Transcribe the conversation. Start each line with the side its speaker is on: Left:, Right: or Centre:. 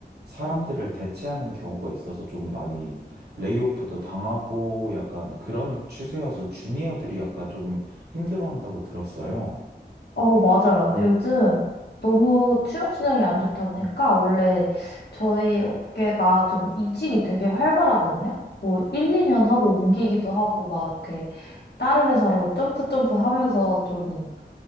Right: 사람들을 대체하는 경우가 있어서 조금 많이 레이오프도 당하고 약간 그런 추세여서 주니어들이 약간 조금 힘들어한다고 들었어요.
Left: 어, 맞아요. 요즘 너무 취업 시장이 안 좋다 보니까 원래 저희 업계가 좀 이직이 되게 활발하거든요. 뭐 1, 2년 하고 옮기기도 하고 막 이렇게 다른 회사로 점프 점프 하면서 좀